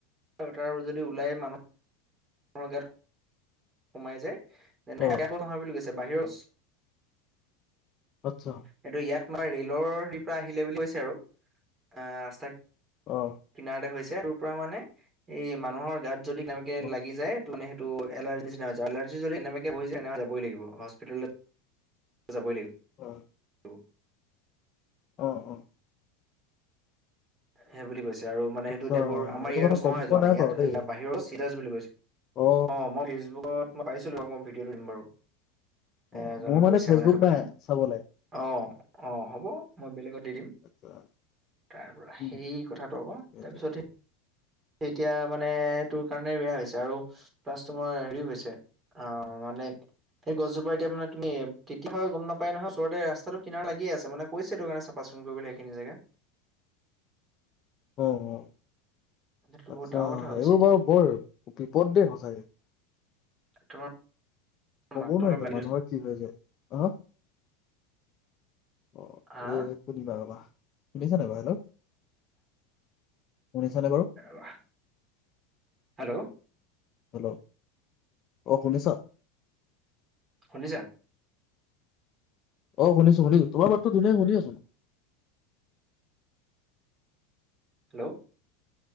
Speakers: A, on the right; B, on the left.
A: তাৰ যদি ওলাই মানুহ মানুহৰ গাত সোমাই যায়, তেনেকে
B: অ
A: আকৌ নহয় বুলি কৈছে বাহিৰত
B: আচ্ছা।
A: সেইটো ইয়াত আমাৰ ৰেলৰ সেই পৰা আহিলে বুলি কৈছে আৰু অ ৰাস্তা
B: অ।
A: কিনাৰতে হৈছে তোৰ পৰা মানে এই মানুহৰ গাত যদি কেনেবাকৈ
B: অ
A: লাগি যায় সেইটো এলাৰ্জি নিচিনা হৈ যায়, এলাৰ্জি যদি কেনেবাকৈ হৈ যায় তেনেহলে যাবই লাগিব হস্পিতালে যাবই লাগিব।
B: উম।
A: <inaudible>
B: অ অ।
A: সেই বুলি কৈ, আৰু মানে সেইটো
B: আচ্ছা
A: এতিয়া বোৰ আমাৰ
B: এইটো
A: ইয়াৰ
B: কথা
A: গছ
B: গম
A: নহয় এইজোপা,
B: পোৱা নাই
A: ইয়াৰ
B: বাৰু দেই
A: বাহিৰৰ গছ বুলি কৈছে।
B: অ
A: অঁ মই ফেচবুকত মই পাইছিলো বাৰু, মই তোমাক ভিডিঅ'টো দিম বাৰু। এ
B: অ
A: এজনে
B: মোৰ
A: কৈছে
B: ফেচবুক
A: মানে এইটো কথা।
B: নাই চাবলে
A: অ অ হ'ব মই বেলেগত দি দিম।
B: আচ্ছা
A: তাৰ সেই
B: উম
A: কথাটো আক'
B: সেইটোৱে
A: তাৰপিছত সেই এতিয়া মানে তোৰ কাৰণে বেয়া হৈছে, আৰু প্লাছ তোমাৰ হেৰি হৈছে। অ মানে সেই গছজোপা এতিয়া মানে তুমি কেতিয়াও গম নাপাই নহয় ওচৰতে ৰাস্তাটো কিনাৰত লাগিয়ে আছে মানে কৈছেটো কাৰণে <unintelligible> কৰিবলে সেইখিনি জেগা।
B: অ অ
A: এইটো বহুত
B: আচ্ছা।
A: ডাঙৰ কথা হৈ গৈছে
B: এইবোৰ
A: এতিয়া
B: বাৰু বৰ বিপদ দেই সঁচাকে।
A: তোমাৰ
B: কব
A: মাতটো
B: নোৱাৰিটো
A: অলপ লাগি
B: মানুহৰ
A: ধৰিছে
B: কি হৈ যায়। অ অ
A: হা
B: এ শুনিবা ৰ'বা শুনিছানে বাৰু হেল্ল' শুনিছানে বাৰু?
A: ৰবা, হেল্ল'!
B: হেল্ল' অঁ শুনিছ?
A: শুনিছা?
B: অ শুনিছো শুনিছো তোমাৰা মাতটো ধুনীয়াকৈ শুনি আছো।
A: হেল্ল'!